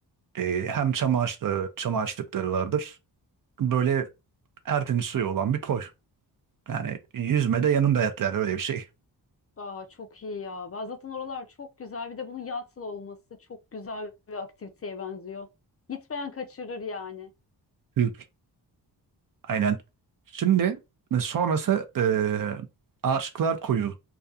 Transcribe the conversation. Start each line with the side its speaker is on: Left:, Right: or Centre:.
Right: e, hem çam ağaçları, çam ağaçlıkları vardır. Böyle tertemiz suyu olan bir koy. Yani yüzme de yanında yat yani öyle bir şey.
Left: Aa, çok iyi ya. Ben Zaten oralar çok güzel. Bir de bunun yatsıl olması çok güzel bir aktiviteye benziyor. Gitmeyen kaçırır yani.
Right: Hı. Aynen. Şimdi e, sonrası e, Aşıklar Koyu.